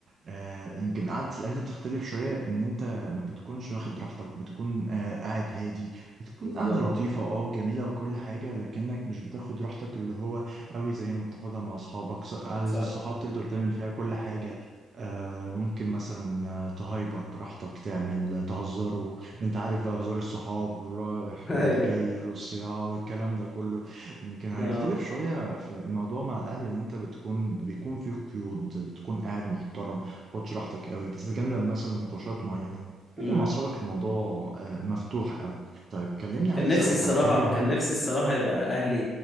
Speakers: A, on the right; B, on the left.
A: آه، يمكن قعدة الأهل بتختلف شوية إن أنت ما بتكونش واخد راحتك بتكون آه، قاعد هادي بتكون
B: بالظبط
A: قاعدة لطيفة أه جميلة وكل حاجة لكنك مش بتاخد راحتك اللي هو قوي زي ما بتاخدها مع أصحابك ص- قعدة
B: صح
A: الصحاب تقدر تعمل فيها كل حاجة آه، ممكن مثلا آه، تهايبر براحتك تعمل آه، تهزر وانت عارف بقى هزار الصحاب والرايح
B: <laughs> ايوه
A: واللي جاي والصياعة والكلام ده كله يمكن هيختلف
B: اه
A: شوية في الموضوع مع الأهل اللي انت بتكون بيكون فيه قيود بتكون قاعد محترم خدش راحتك قوي بتتجنب مثلا نقاشات معينة
B: مم.
A: لكن مع أصحابك الموضوع آه، مفتوح قوي طيب كلمني عايز
B: كان نفسي
A: أسألك
B: الصراحة
A: على حاجة
B: كان
A: هل
B: نفسي الصراحة يبقى أهلي